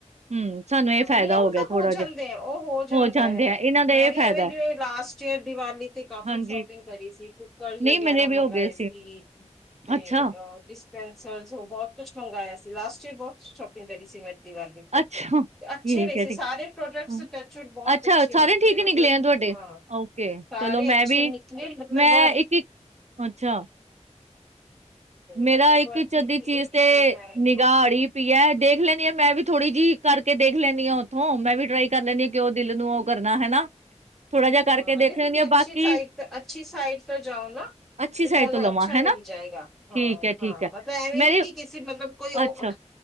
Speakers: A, on the right (about 65°); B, in the centre.
A: ਹੂੰ ਸਾਨੂੰ ਇਹ
B: ਹਾਂ
A: ਫਾਇਦਾ
B: ਨਹੀਂ ਉਹ
A: ਗਿਆ
B: ਤਾਂ
A: ਥੋੜਾ
B: ਹੋ ਜਾਂਦੇ
A: ਜਿਹਾ
B: ਆ ਉਹ ਹੋ ਜਾਂਦਾ
A: ਜਾਂਦੇ
B: ਹੈ
A: ਆ ਇਹਨਾਂ ਦਾ
B: ਮੈਂ
A: ਇਹ
B: ਵੀ
A: ਫਾਇਦਾ।
B: ਇਹਵੇਂ
A: ਹੈ।
B: ਜਿਵੇਂ ਲਾਸਟ ਈਅਰ ਦੀਵਾਲੀ ਤੇ ਕਾਫੀ
A: ਹਾਂਜੀ
B: ਸ਼ੋਪਿੰਗ ਕਰੀ ਸੀ ਕੁਕਰਸ
A: ਨਹੀਂ
B: ਵਗੈਰਾ
A: ਮੇਰੇ ਵੀ
B: ਮੰਗਵਾਏ
A: ਹੋ ਗਏ
B: ਸੀ। ਠੀਕ ਤੇ
A: ਅੱਛਾ।
B: ਅ। ਸਪੈਸ਼ਲ'ਚ ਬਹੁਤ ਕੁਝ ਮੰਗਵਾਇਆ ਆਇਆ ਸੀ ਲਾਸਟ ਈਅਰ ਬਹੁਤ ਸ਼ੋਪਿੰਗ ਕਰੀ ਸੀ ਮੈਂ? ਦਿਵਾਲੀ ਤੇ।
A: ਅੱਛਾ,
B: ਅੱਛੇ
A: ਠੀਕ
B: ਰਹੇਸ
A: ਐ, ਠੀਕ।
B: ਸਾਰੇ ਪ੍ਰੋਡਕਟਸ
A: ਹੂੰ,
B: ਟਚਟ ਬਹੁਤ
A: ਅੱਛਾ,
B: ਅੱਛੇ
A: ਸਾਰੇ
B: ਨਿਕਲੇ
A: ਠੀਕ ਹੀ
B: ਮਤਲਬ
A: ਆ ਤੁਹਾਡੇ?
B: ਹਾਂ
A: ਓਕੇ,
B: ਸਾਰੇ
A: ਚਲੋ ਮੈਂ
B: ਅੱਛੇ
A: ਵੀ
B: ਨਿਕਲੇ ਮਤਲਬ
A: ਮੈਂ
B: ਵਰਥ।
A: ਇੱਕ-ਇੱਕ ਅੱਛਾ, ਮੇਰਾ
B: ਮਤਲਬ
A: ਇੱਕ
B: ਵਰਥ
A: ਚੱ
B: ਹੀ
A: ਅਦੀ
B: ਸੀ
A: ਚੀਜ਼
B: ਇੱਕ
A: ਤੇ
B: ਇੱਕ
A: ਨਿਗਾਹੜੀ ਪਈ ਹੈ ਦੇਖ ਲੈਦੀ ਹਾਂ ਮੈਂ ਵੀ ਥੋੜ੍ਹੀ ਜਿਹੀ ਕਰਕੇ ਦੇਖ ਲੈਂਦੀ ਹਾਂ ਉੱਥੋਂ ਮੈਂ ਵੀ ਟਰਾਈ ਕਰ ਲੈਂਦੀ ਆ ਕਿ ਉਹ ਦਿਲ ਨੂੰ ਆ ਕਰਨਾ ਹਨਾ ਥੋੜਾ ਜਿਹਾ ਕਰਕੇ
B: ਹਾਂ
A: ਦੇਖ
B: ਨਹੀਂ
A: ਲੈਂਨੀ
B: ਤੁਸੀਂ
A: ਆ, ਬਾਕੀ
B: ਅੱਛੀ ਸਾਈਟ ਅੱਛੀ ਸਾਈਟ ਤੋਂ ਜਾਓ ਨਾ
A: ਅੱਛੀ
B: ਤੇ
A: ਸਾਈਡ
B: ਤੁਹਾਨੂੰ
A: ਤੋਂ ਲਵਾਂ
B: ਅੱਛਾ ਮਿਲ
A: ਹਨਾ,
B: ਜਾਏਗਾ ਹਾਂ
A: ਠੀਕ ਐ, ਠੀਕ
B: ਹਾਂ
A: ਐ।
B: ਮਤਾ ਐਵੇਂ
A: ਮੇਰੇ
B: ਨੀ ਕਿ ਕਿਸੇ ਮਤਲਬ ਕੋਈ ਉਹ
A: ਅੱਛਾ